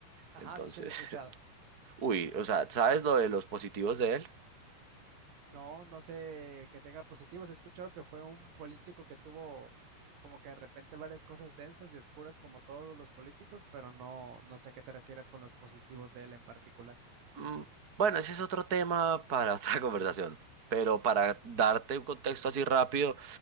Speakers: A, on the right; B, on the right.
A: ajá,
B: Entonces...
A: sí se lo he escuchado.
B: Uy, o sea, ¿sabes lo de los positivos de él?
A: No, no sé que tenga positivos. He escuchado que fue un político que tuvo como que de repente varias cosas densas y oscuras como todos los políticos, pero no, no sé a qué te refieres con los positivos de él en particular.
B: Mm, Bueno, ese es otro tema para otra <laughs> conversación, pero para darte un contexto así rápido,